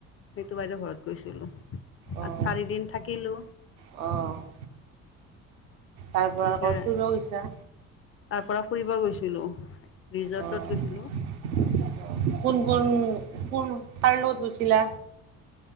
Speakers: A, on the left; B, on the right.
A: সেইটো বাইদেউ ঘৰত গৈছিলো আৰু
B: অ'
A: চাৰিদিন থাকিলো।
B: অ' তাৰ পৰা
A: সেইকাৰ
B: ক'ত ফুৰিব গৈছা?
A: তাৰ পৰা ফুৰিব গৈছিলো ৰিজৰ্টত
B: অ'
A: গৈছিলো।
B: অ' কোন, কোন, কোন কাৰগলত গৈছিলা?